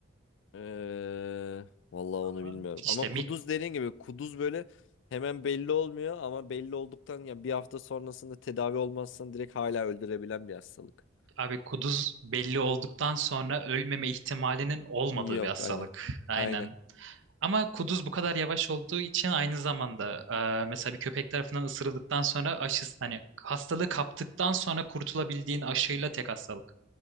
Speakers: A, on the left; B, on the right.
A: Ee, vallahi onu
B: Abi
A: bilmiyorum.
B: İşte
A: Ama
B: mik
A: kuduz dediğin gibi kuduz böyle hemen belli olmuyor ama belli olduktan ya bir hafta sonrasında tedavi olmazsan direkt hala öldürebilen bir hastalık.
B: abi kuduz belli olduktan sonra ölmeme ihtimalinin olmadığı
A: Yok
B: bir hastalık.
A: aynen.
B: Aynen.
A: Aynen.
B: Ama kuduz bu kadar yavaş olduğu için aynı zamanda e, mesela bir köpek tarafından ısırıldıktan sonra aşısı hani hastalığı kaptıktan sonra kurtulabildiğin aşıyla tek hastalık.